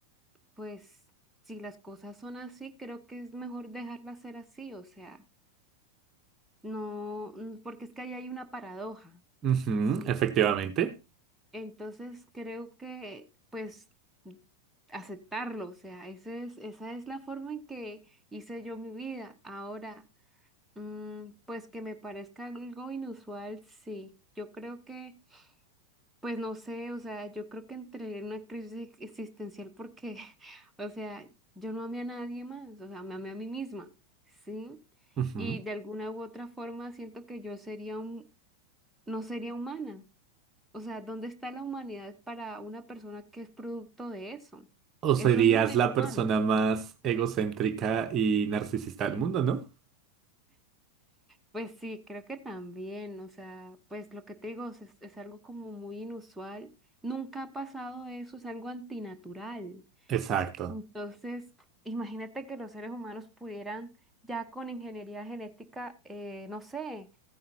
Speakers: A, in the centre; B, on the right.
A: pues, si las cosas son así, creo que es mejor dejarlas ser así, o sea, no, mm, porque es que ahí hay una paradoja,
B: Ujú,
A: ¿sí?
B: efectivamente.
A: Entonces creo que, pues, mm, aceptarlo, o sea, ese es, esa es la forma en que hice yo mi vida. Ahora Mm, pues que me parezca algo inusual, sí. Yo creo que, pues no sé, o sea, yo creo que entré en una crisis ex- existencial porque, <laughs> o sea, yo no amé a nadie más, o sea, me amé a mí misma, ¿sí?
B: Ujú.
A: Y de alguna u otra forma siento que yo sería un, no sería humana. O sea, ¿dónde está la humanidad para una persona que es producto de eso?
B: O
A: Eso
B: serías
A: no es
B: la
A: humano.
B: persona más egocéntrica y narcisista del mundo, ¿no?
A: Pues sí, creo que también, o sea, pues lo que te digo es, es algo como muy inusual. Nunca ha pasado eso, es algo antinatural.
B: Exacto.
A: Entonces, imagínate que los seres humanos pudieran ya con ingeniería genética, eh, no sé,